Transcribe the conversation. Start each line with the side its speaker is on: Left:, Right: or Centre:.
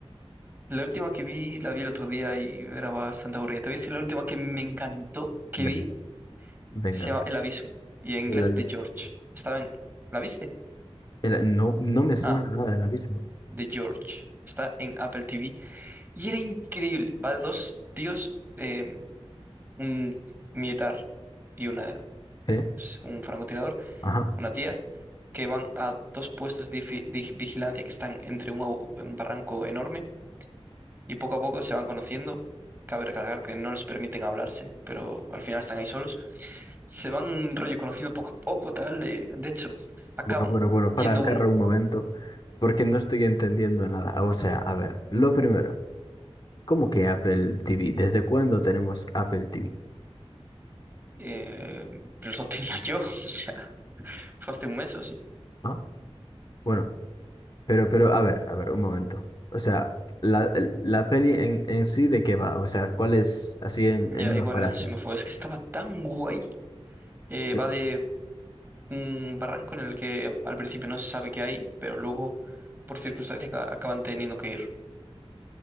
Right: La última que vi, la vi el otro día y era bastante aburrida. Te voy a decir la última que me encantó que
Left: Ven-
Right: vi,
Left: Venga,
Right: se llama El Abismo y en inglés
Left: el abismo.
Right: The George. Estaba en... ¿La viste?
Left: El- no, no me suena
Right: Ah,
Left: nada el abismo.
Right: The George. Está en Apple TV y era increíble. Va de dos tíos, eh, un militar y una,
Left: ¿Sí?
Right: pues, un francotirador,
Left: Ajá.
Right: una tía, que van a dos puestos de fi- de vigilancia que están entre un, au- un barranco enorme y poco a poco se van conociendo. Cabe recalcar que no les permiten hablarse, pero al final están ahí solos. Se van rollo conociendo poco a poco, tal. eh, De hecho, acaban
Left: Bueno, bueno, bueno, para
Right: yendo
Left: acá
Right: uno.
Left: un momento. Porque no estoy entendiendo nada. O sea, a ver, lo primero, ¿cómo que Apple TV? ¿Desde cuándo tenemos Apple TV?
Right: Eh, lo tenía yo, <laughs> o sea, fue hace un mes o sí.
Left: ¿Ah? Bueno, pero, pero, a ver, a ver, un momento. O sea, la, el- la peli en, en sí de qué va, o sea, ¿cuál es así en,
Right: Ya
Left: en una
Right: igual
Left: frase?
Right: se me fue. Es que estaba tan guay. Eh,
Left: Eh,
Right: va de un barranco en el que al principio no se sabe qué hay, pero luego, por circunstancias, ca- acaban teniendo que ir.